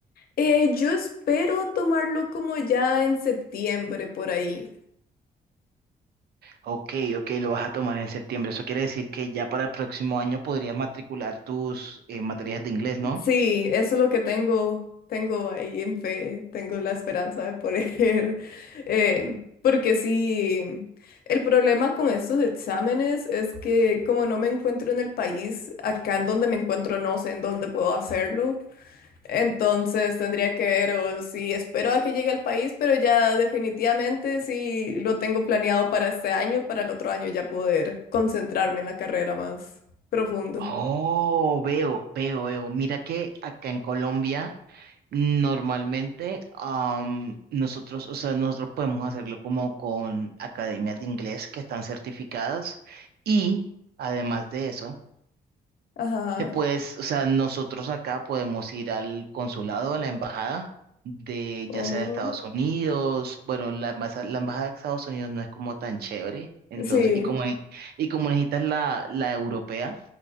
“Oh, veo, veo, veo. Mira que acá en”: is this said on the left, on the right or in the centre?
Right